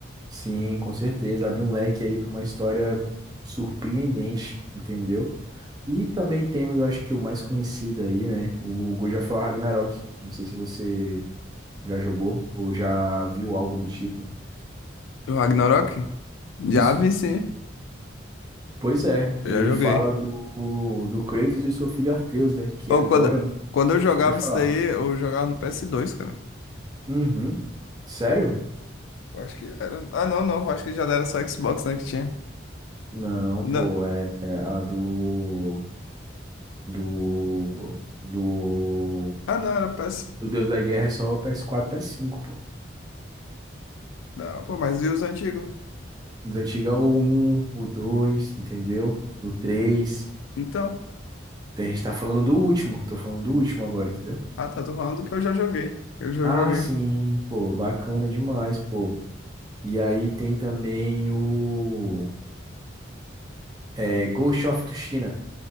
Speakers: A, on the right; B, on the left.
A: sim, com certeza. Abre um leque aí para uma história surpreendente, entendeu? E também temos, eu acho que o mais conhecido aí, né? O God of War Ragnarok. Não sei se você já jogou ou já viu algo do tipo.
B: O Ragnarok? Já
A: Isso.
B: vi sim,
A: Pois é, ele
B: eu já joguei.
A: fala do, do Kratos e o seu filho Arteus, né? Que
B: Ou
A: agora.
B: quando, quando eu jogava
A: Pode falar.
B: isso daí, eu jogava no ps dois cara.
A: Uhum. Sério?
B: Eu acho que era. Ah, não, não, eu acho que já era só Xbox, né, que tinha.
A: Não,
B: Não.
A: pô, é, é a do. Do. Do.
B: Ah, não, era PS.
A: Do Deus da Guerra é só o PS4, PS5, pô.
B: Não, pô, mas e os antigos?
A: Dos antigos é o um o 2 entendeu? O três
B: Então,
A: Então a gente tá falando do último, tô falando do último agora, entendeu?
B: ah, tá, tô falando que eu já joguei. Eu já
A: Ah,
B: joguei.
A: sim, pô, bacana demais, pô. E aí tem também o. É, Ghost of Tsushima. Não